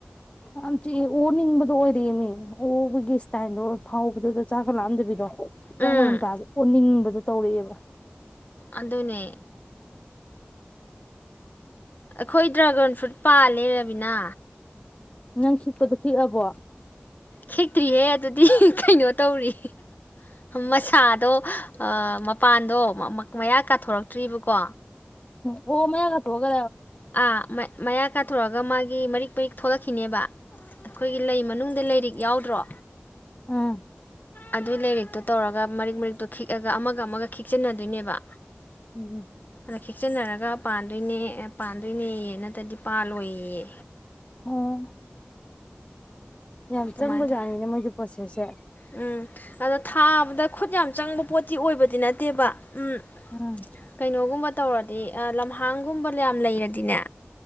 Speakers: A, on the left; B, on the left.
A: ꯌꯥꯝ ꯆꯤꯛꯑ ꯑꯣꯅꯤꯡꯕꯗꯣ ꯑꯣꯏꯔꯛꯃꯤ ꯑꯣꯕꯒꯤ ꯏꯁꯇꯥꯏꯜꯗꯣ ꯐꯥꯎꯕꯗꯨꯗ ꯆꯥꯈꯠꯂꯛꯑꯝꯗꯕꯤꯗꯣ ꯆꯞ
B: ꯎꯝ
A: ꯃꯅꯅ ꯇꯥꯕ ꯑꯣꯅꯤꯡꯕꯗ ꯇꯧꯔꯛꯑꯦꯕ
B: ꯑꯗꯨ ꯑꯗꯨꯅꯦ ꯑꯩꯈꯣꯏ ꯗ꯭ꯔꯥꯒꯟ ꯐ꯭ꯔꯨꯠ ꯄꯥ ꯂꯩꯃꯤꯅ
A: ꯅꯪ ꯈꯤꯛꯄꯗꯣ ꯈꯤꯛꯑꯕꯣ
B: ꯈꯦꯛꯇ꯭ꯔꯤꯍꯦ ꯑꯗꯨꯗꯤ ꯀꯩꯅꯣ ꯇꯧꯔꯤ ꯃꯁꯥꯗꯣ ꯃꯄꯥꯟꯗꯣ ꯃꯌꯥ ꯀꯥꯊꯣꯔꯛꯇ꯭ꯔꯤꯕꯀꯣ
A: ꯑꯣ ꯃ ꯀ ꯊꯣꯛꯒ
B: ꯑꯥ ꯃꯌꯥ ꯀ ꯊ ꯑꯗꯨꯒ ꯃꯥꯒꯤ ꯃꯔꯤꯛ ꯃꯔꯤꯛ ꯊꯣꯛꯂꯛꯈꯤꯅꯦꯕ ꯑꯩꯈꯣꯏꯒꯤ ꯂꯩ ꯃꯅꯨꯡꯗ ꯂꯩꯔꯤ ꯌꯥꯎꯗ꯭ꯔꯣ
A: ꯑꯝ
B: ꯑꯗꯨ ꯂꯩꯦꯔꯤꯦꯛꯇꯣ ꯇꯧꯔꯒ ꯃꯔꯤꯛ ꯃꯔꯤꯛꯇꯣ ꯊꯤꯛꯑꯒ ꯑꯃꯒ ꯑꯃꯒ ꯈꯤꯛꯆꯟꯅꯗꯣꯏꯅꯦꯕ
A: ꯎꯝ ꯎꯝ
B: ꯑ ꯈꯤꯛꯆꯟꯅꯔꯒ ꯄꯥꯟꯗꯣꯏꯅꯦ ꯄꯥꯟꯗꯣꯏꯅꯦꯌꯦ ꯅꯠꯇ꯭ꯔꯗꯤ ꯄꯥꯜꯂꯣꯏꯌꯦꯌꯦ
A: ꯑꯣ ꯌꯥꯝ
B: ꯑꯗꯨꯃꯥꯏꯅ
A: ꯆꯪꯕ ꯖꯥꯠꯅꯤꯅꯦ ꯃꯣꯏꯁꯨ ꯄꯣꯠꯁꯦꯁꯦ
B: ꯎꯝ ꯑꯗ ꯊꯥꯕꯗ ꯈꯨꯠ ꯌꯥꯝ ꯆꯪꯕ ꯄꯣꯠꯇꯤ ꯑꯣꯏꯕꯗꯤ ꯅꯠꯇꯦꯕ ꯎꯝ
A: ꯎꯝ
B: ꯀꯩꯅꯣꯒꯨꯝꯕ ꯇꯧꯔꯗꯤ ꯂꯝꯍꯥꯡꯒꯨꯝꯕ ꯌꯥꯝ ꯂꯩꯔꯗꯤꯅꯦ